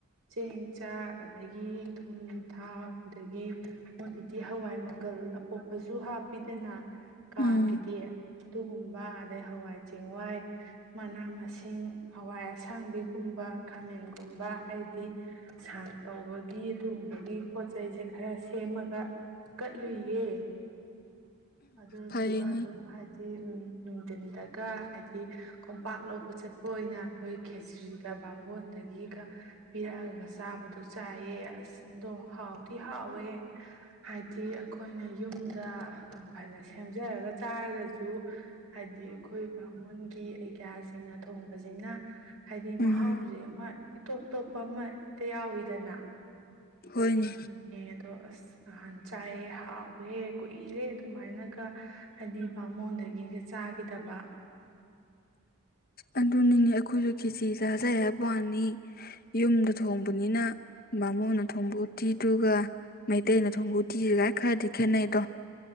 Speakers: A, on the right (about 85°); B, on the left (about 45°).
A: ꯆꯦꯡ ꯆꯥꯛ ꯑꯗꯒꯤ ꯊꯨꯝ ꯊꯥꯎ ꯑꯗꯒꯤ ꯃꯣꯢꯒꯤꯗꯤ ꯍꯋꯥꯏ ꯃꯪꯒꯜ ꯑꯄꯣꯞꯄꯖꯨ ꯍꯥꯞꯄꯤꯗꯅ ꯀꯥꯡꯒꯤꯗꯤ
B: ꯎꯝ
A: ꯑꯗꯨꯒꯨꯝꯕ ꯑꯗꯩ ꯍꯋꯥꯏ ꯆꯦꯡꯋꯥꯏ ꯃꯅꯥ ꯃꯁꯤꯡ ꯍꯋꯥꯏ ꯑꯁꯥꯡꯕꯤꯒꯨꯝꯕ ꯈꯥꯃꯦꯟꯒꯨꯝꯕ ꯍꯥꯏꯗꯤ ꯁꯥꯛ ꯇꯧꯕꯒꯤ ꯑꯗꯨꯒꯨꯝꯕꯒꯤ ꯄꯣꯠ ꯆꯩꯁꯦ ꯈꯔ ꯁꯦꯝꯃꯒ ꯀꯠꯂꯨꯏꯌꯦ ꯑꯗꯨꯗꯨꯒ
B: ꯐꯩꯅꯤ
A: ꯑꯗꯨꯝ ꯍꯥꯏ ꯍꯥꯏꯗꯤ ꯎꯝ ꯅꯨꯡꯊꯤꯟꯗꯒ ꯍꯥꯏꯗꯤ ꯀꯣꯝꯄꯥꯛ ꯂꯧꯕ ꯆꯠꯄ ꯑꯣꯏꯅ ꯑꯩꯈꯣꯏ ꯈꯦꯆ꯭ꯔꯤꯒ ꯕꯥꯝꯕꯣꯟꯗꯒꯤꯒ ꯄꯤꯔꯛꯑꯒ ꯆꯥꯕꯗꯣ ꯆꯥꯏꯌꯦ ꯑꯁ ꯑꯗꯣ ꯍꯥꯎꯗꯤ ꯍꯥꯎꯋꯦ ꯍꯥꯏꯗꯤ ꯑꯩꯈꯣꯏꯅ ꯌꯨꯝꯗ ꯐꯅ ꯁꯦꯝꯖꯔꯒ ꯆꯥꯔꯒꯁꯨ ꯍꯥꯏꯗꯤ ꯑꯩꯈꯣꯏ ꯕꯥꯃꯣꯟꯒꯤ ꯑꯒ꯭ꯌꯥꯁꯤꯡꯅ ꯊꯣꯡꯕꯁꯤꯅ ꯍꯥꯏꯗꯤ
B: ꯎꯝ
A: ꯃꯍꯥꯎꯖꯦ ꯑꯃ ꯏꯇꯣꯞ ꯇꯣꯞꯄ ꯑꯃ ꯍꯦꯛꯇ ꯌꯥꯎꯋꯤꯗꯅ
B: ꯍꯣꯏꯅꯦ
A: ꯑꯗꯨꯅꯦ ꯑꯗꯣ ꯑꯁ ꯅꯍꯥꯟ ꯆꯥꯏꯑꯦ ꯍꯥꯎꯋꯦ ꯀꯨꯏꯔꯦ ꯑꯗꯨꯃꯥꯏꯅꯒ ꯍꯥꯏꯗꯤ ꯕꯥꯃꯣꯟꯗꯒꯤꯒ ꯆꯥꯒꯤꯗꯕ
B: ꯑꯗꯨꯅꯤꯅꯦ ꯑꯩꯈꯣꯏꯖꯨ ꯈꯦꯆꯤ ꯆꯥꯖꯩ ꯍꯥꯏꯕ ꯋꯥꯅꯤ ꯌꯨꯝꯗ ꯊꯣꯡꯕꯅꯤꯅ ꯕꯥꯃꯣꯟꯅ ꯊꯣꯡꯕ ꯎꯇꯤꯗꯨꯒ ꯃꯩꯇꯩꯅ ꯊꯣꯡꯕ ꯎꯇꯤꯒꯒꯥꯏ ꯈꯔꯗꯤ ꯈꯦꯠꯅꯩꯗꯣ